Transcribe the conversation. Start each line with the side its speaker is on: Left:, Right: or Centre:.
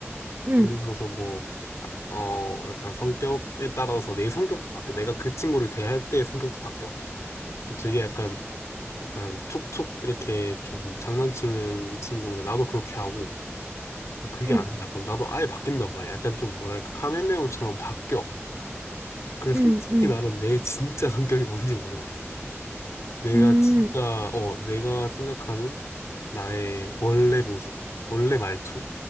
Right: 응,
Left: 예를 들어서 뭐, 어, 약간 성격에 따라서 내 성격도 바뀌어. 내가 그 친구를 대할 때 성격도 바뀌어. 되게 약간, 약간 툭툭 이렇게 좀 장난치는 친구면 나도 그렇게 하고 뭐 그게
Right: 응,
Left: 아니다. 그럼 나도 아예 바뀐단 말이야. 약간 좀 뭐랄까 카멜레온처럼 바뀌어. 그래서
Right: 응,
Left: 솔직히
Right: 응,
Left: 나는 내 진짜 <laughs> 성격이 뭔지 모르겠어. 내가
Right: 응,
Left: 진짜 어 내가 생각하는 나의 원래 모습, 원래 말투